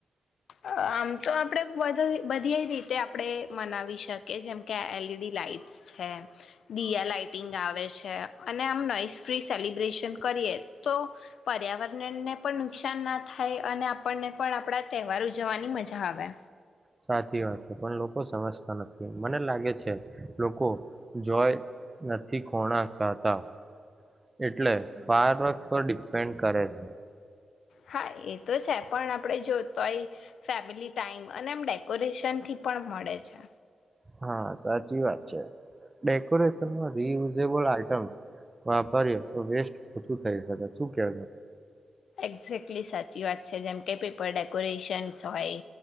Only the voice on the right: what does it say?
સાચી વાત છે, પણ લોકો સમજતા નથી, મને લાગે છે લોકો, જોય નથી ખોણા ચાહતા. એટલે ફાયર વર્કસ પર ડિપેન્ડ કરે છે.
હા, સાચી વાત છે, ડેકોરેસનમાં રિયુઝેબલ આઈટમ્ વાપરએ તો વેસ્ટ ઓછું થઈ સકે સુ કે?